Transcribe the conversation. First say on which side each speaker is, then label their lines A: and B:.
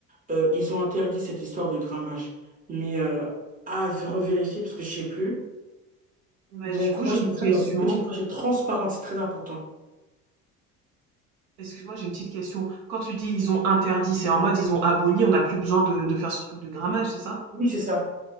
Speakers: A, on the right; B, on the right.
A: euh, ils ont interdit cette histoire de grammage. Mais euh, à revérifier parce que je sais plus.
B: Bah,
A: Donc
B: du coup,
A: moi,
B: j'ai
A: je
B: une
A: mets
B: question.
A: ça dans une petite pochette transparente, c'est très important.
B: Excuse-moi, j'ai une petite question. Quand tu dis ils ont interdit, c'est en mode ils ont aboli, on n'a plus besoin de, de faire ce truc de grammage, c'est ça?
A: Oui, c'est ça.